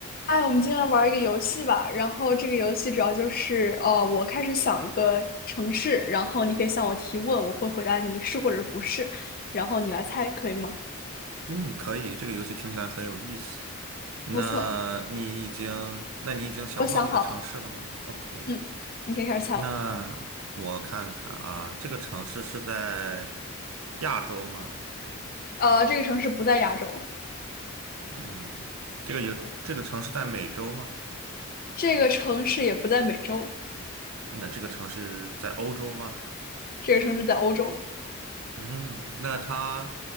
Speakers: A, on the left; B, on the right.
A: 哎，我们今天来玩儿一个游戏吧。然后这个游戏主要就是，呃，我开始想一个城市，然后你可以向我提问，我会回答你是或者是不是，然后你来猜，可以吗？
B: 嗯，可以，这个游戏听起来很有意思。那你已经，
A: 不错，
B: 那你已经想好你的城市了吗？OK，
A: 我想好了，嗯，你可以开始猜了。
B: 那我看看啊，这个城市是在亚洲吗？
A: 呃，这个城市不在亚洲，
B: 嗯，这个有，这个城市在美洲吗？
A: 这个城市也不在美洲，
B: 那这个城市在欧洲吗？
A: 这个城市在欧洲。
B: 嗯，那它，